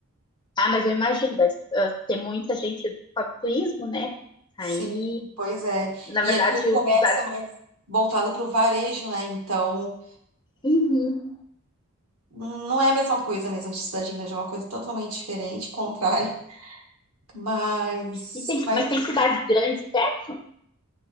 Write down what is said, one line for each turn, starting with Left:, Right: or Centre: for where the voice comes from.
Left: Ah, mas eu imagino, deve ah, ter muita gente para turismo, né?
Right: Sim,
Left: Aí,
Right: pois é.
Left: na
Right: E
Left: verdade,
Right: aqui o comércio
Left: o cidade.
Right: é mais voltado para o varejo, né? Então,
Left: Uhum.
Right: não é a mesma coisa mesmo de cidade grande, é uma coisa totalmente diferente, contrária. <laughs> Mas,
Left: E tem,
Right: mas
Left: mas tem cidades grandes perto?